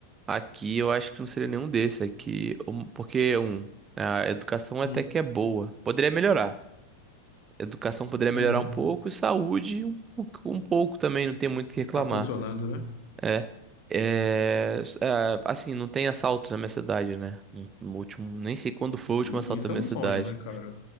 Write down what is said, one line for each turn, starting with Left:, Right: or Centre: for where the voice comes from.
Right: Aqui eu acho que não seria nenhum desses aqui, um- porque um, a educação
Left: Hum,
Right: até que é boa. Poderia melhorar. Educação poderia melhorar
Left: uhum.
Right: um pouco e saúde um, pouco- um pouco também, não tem muito o que reclamar.
Left: Tá funcionando, né?
Right: É, é, s- é, assim, não tem assalto na minha cidade, né? No último, nem sei quando foi o último
Left: E-
Right: assalto
Left: isso
Right: na
Left: é
Right: minha
Left: um
Right: cidade.
Left: sonho, né, cara?